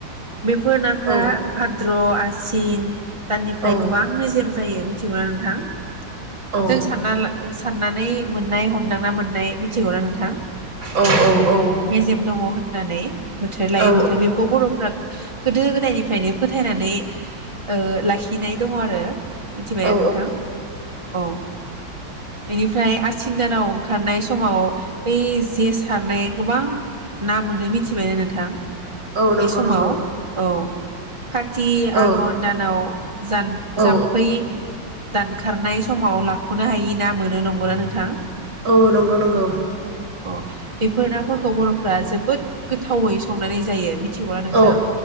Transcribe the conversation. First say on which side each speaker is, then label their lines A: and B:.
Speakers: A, on the right; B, on the right.
A: बेफोर नाफोरा
B: औ
A: भाद्र' आसि ईन दाननिफ्राय
B: औ
A: गोबां मेजेम जायो मिथिगौना नोंथां
B: औ
A: जों सानना ला सा फाननानै मोननाय हमदांना मोननाय मिथिगौ ना नोंथां।
B: औ औ औ
A: मेजेम दङ होननानै बोथोर लायो
B: औ
A: बोथोर बेखौ बर'फ्रा गोदो गोदायनिफ्रायनो फोथायनानै ओ लाखिनाय दङ आरो मिथिबायना
B: औ
A: नोंथां औ बेनिफ्राय आसिन दानाव ओंखार नाय समाव बै जे सारनाया गोबां ना मोनो मिथिबायना नोंथां
B: नंगौ
A: बे समाव
B: नंगौ
A: औ का ति
B: औ
A: आघन दानाव जाम
B: औ
A: जाम्फै दानखारनाय समाव लाख'नो हायि ना मोनो नंगौना नोंथाङा
B: औ नंगौ नंगौ
A: बेफोर नाफोरखौ बर'फ्रा जोबोद गोथावै संनानै जायो मिथिगौला नोंथां
B: औ